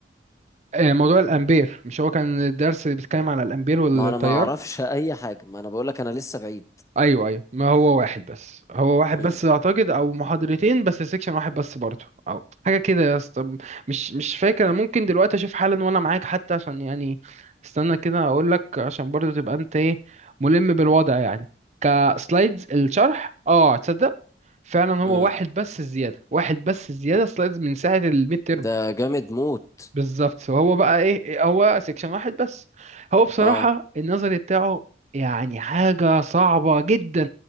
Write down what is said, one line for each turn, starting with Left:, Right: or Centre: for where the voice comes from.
Right: آه، موضوع الامبير مش هو كان الدرس بيتكلم على الامبير والتيار
Left: ما انا ما اعرفش <laughs> اي حاجه ما انا بقول لك انا لسه بعيد
Right: ايوه ايوه ما هو واحد بس هو واحد
Left: امم
Right: بس اعتقد او محاضرتين بس سيكشن واحد بس برضه او حاجه كده يا اسطى مش مش فاكر انا ممكن دلوقتي اشوف حالا وانا معاك حتى عشان يعني استنى كده اقول لك عشان برضه تبقى انت ايه ملم بالوضع يعني كسلايدز الشرح اه تصدق فعلا هو
Left: امم
Right: واحد بس الزياده واحد بس الزياده سلايدز من ساعه الميد ترم
Left: ده جامد موت
Right: بالظبط هو بقى ايه هو سيكشن واحد بس هو بصراحة
Left: اه
Right: النظري بتاعه يعني حاجة صعبة جدا